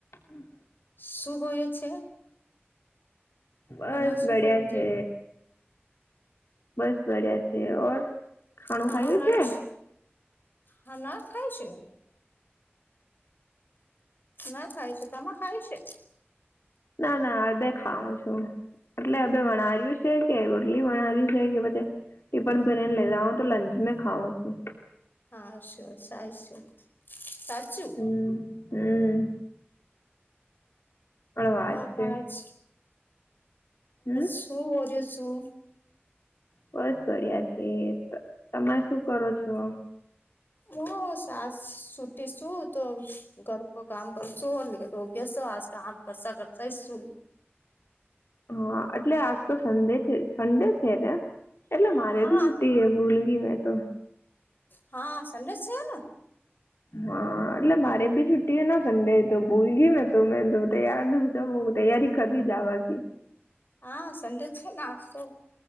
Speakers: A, on the left (about 80°); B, on the left (about 50°).
A: હમ્મ.
B: શું બોય છે
A: બસ
B: તમે શું
A: બડિયા
B: કર્યું
A: છે બસ બડિયા છે ઓર ખાણું
B: ખાના
A: ખાયું
B: વાઈશ
A: છે
B: હા નાક ખાય છે. ના ખાય છે તમા ખાય છે.
A: ના ના હડ બેે ખાઉ છું. એટલે હે વણર્યું છે કે રોટલી વણર્યું છે કે પછી પણ બનીને લે હું તો લંચ મે ખાવઉં છું.
B: હા સુરે સાશું સાચું.
A: હમ્મ હમ્મ. વાસ્તે
B: ઓ કાચ
A: હમ
B: સુું હોજ સું.
A: બસ બડિયા છે. તમે શું કરો છો?
B: ઓ સાસ સુટી શું તો ઘર પર કામ કરશુંટ કે અભ્યાસ તો ક આામ કસા કરશેૈ શું.
A: હા એટલે આજ તો સન્ડે છે સન્ડે છે ને. એટલે મારે
B: હા
A: ભી છુટી છે ભૂલ ગઈ મેં તો.
B: હા સન્ડે છે ને.
A: હા એટલે મારે ભી છુટ્ટી હ ના સન્ડે તો ભૂલ ગય મેને ત મે તૈ યાર ન તૈયારી કરીવી જવાની.
B: હા સન્ડે છેને આપશો